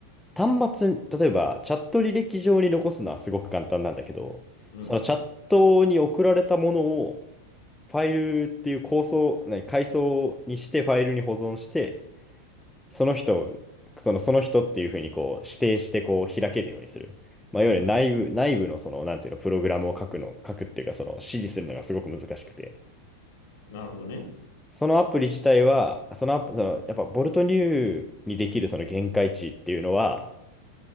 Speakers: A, in the centre; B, on the left.
A: 端末、例えば、チャット履歴上に残すのはすごく簡単なんだけど、
B: うん。
A: そのチャットに送られたものを、ファイルっていう構想、何、階層にしてファイルに保存して、その人を、その、その人っていうふうにこう指定してこう開けるようにする。まあ、いわゆる内部、
B: うん。
A: 内部のその、なんていうの、プログラムを書くの、書くっていうか、その指示するのがすごく難しくて。
B: なるほどね。
A: そのアプリ自体は、そのアプ、その、やっぱボルトニューにできるその限界値っていうのは、